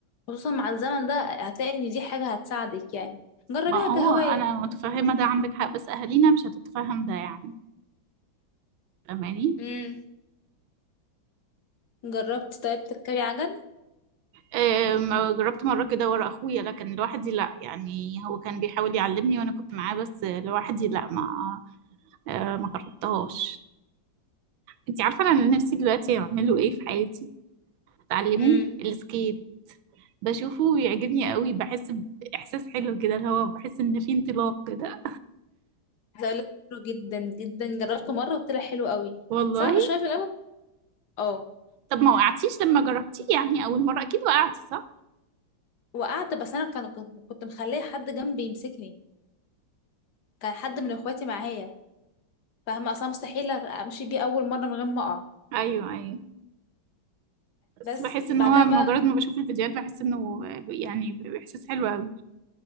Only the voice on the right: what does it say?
ما
هو انا متفهمه ده عندك حق بس اهالينا مش هتتفهم ده يعني فاهماني
آه، ما جربت مره كده ورا اخويا لكن لوحدي لا يعني هو كان بيحاول يعلمني وانا كنت معاه بس لوحدي لا ما آه، ما جربتهاش انتي عارفة انا نفسي دلوقتي اعمله ايه في حياتي اتعلمه
السكيت بشوفه ويعجبني قوي بحس باحساس حلو كده اللي هو بحس ان في انطلاق كده
والله
طب ما وقعتيش لما جربتيه يعني اول مرة اكيد وقعتي صح
ايوه ايوه بس
بحس ان
هو
مجرد ما بشوف الفيديوهات بحس انه يعني باحساس حلو قوي